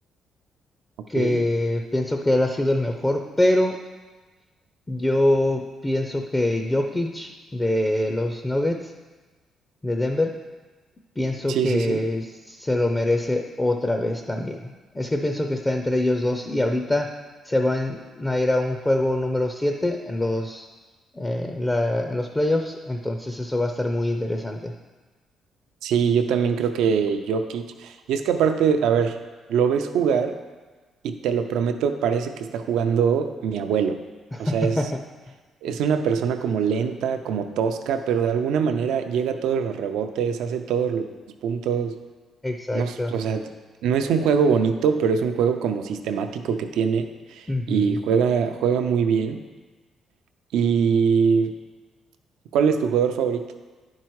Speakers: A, on the right (about 80°); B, on the left (about 20°).
A: Ok.
B: que pienso que él ha sido el mejor, pero yo pienso que Jokic de los Nuggets de Denver Pienso
A: Sí,
B: que
A: sí, sí.
B: se lo merece otra vez también. Es que pienso que está entre ellos 2 y ahorita se van a ir a un juego número 7 en los, eh, la- en los playoffs, entonces eso va a estar muy interesante.
A: Sí, yo también creo que Jokic. Y es que aparte, a ver, lo ves jugar y te lo prometo, parece que está jugando mi abuelo.
B: <laughs>
A: O sea, es, es una persona como lenta, como tosca, pero de alguna manera llega a todos los rebotes, hace todos los puntos.
B: Exacto.
A: No, s- o sea, no es un juego bonito, pero es un juego como sistemático que tiene
B: Ujú.
A: y juega, juega muy bien. ¿Y cuál es tu jugador favorito?